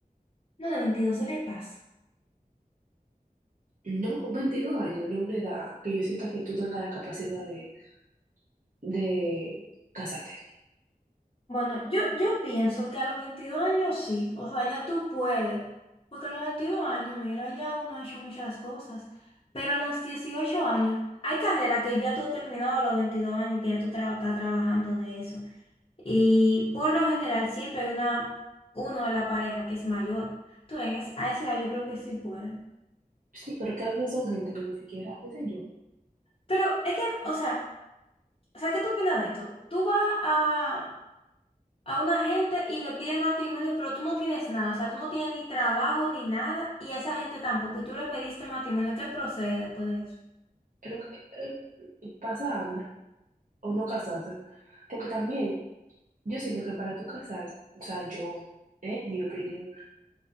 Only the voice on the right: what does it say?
No, 22 años no es una edad que yo sienta que tú tengas la capacidad de, de casarte.
Sí, pero que a veces son gente que ni siquiera, qué sé yo,
es lo que eh, pasa hambre o no casarse. Porque también yo siento que para tú casarse, o sea, yo, eh, mi opinión,